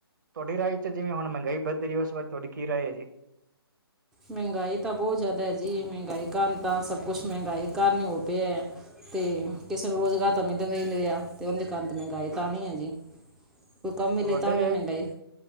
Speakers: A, on the right; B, in the centre.
A: ਤੁਹਾਡੀ ਰਾਏ ਚ ਜਿਵੇਂ ਹੁਣ ਮਹਿੰਗਾਈ ਵੱਧ ਰਹੀ ਹੋ ਉਸ ਬਾਰੇ ਤੁਹਾਡੀ ਕੀ ਰਾਏ ਹੈ ਜੀ।
B: ਮਹਿੰਗਾਈ ਤਾਂ ਬਹੁਤ ਜ਼ਿਆਦਾ ਹੈ ਜੀ ਮਹਿੰਗਾਈ ਕਾਰਨ ਤਾਂ ਸਭ ਕੁਛ ਮਹਿੰਗਾਈ ਕਾਰਨ ਹੀ ਹੋਤੇ ਹੈ। ਤੇ ਕਿਸੇ ਨੂੰ ਰੁਜ਼ਗਾਰ ਤਾਂ ਮਿਲ ਨਹੀਂ ਰਿਹਾ ਤੇ ਉਹਦੇ ਕਾਰਨ ਮਹਿੰਗਾਈ ਤਾ ਆਨੀ ਹੈ ਜੀ। ਕੋਈ ਕੰਮ ਮਿਲੇ
A: ਤੁਹਾਡੇ
B: ਤਾਂ ਵੀ ਮਹਿੰਗਾਈ